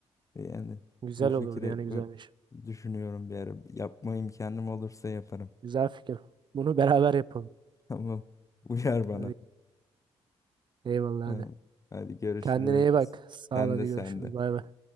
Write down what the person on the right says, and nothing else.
Güzel
olurdu yani
güzelmiş.
Güzel fikir. Bunu beraber yapalım.
Hadi eyvallah
hadi.
Kendine iyi bak. Sağ
ol hadi
görüşürüz.
Bay bay.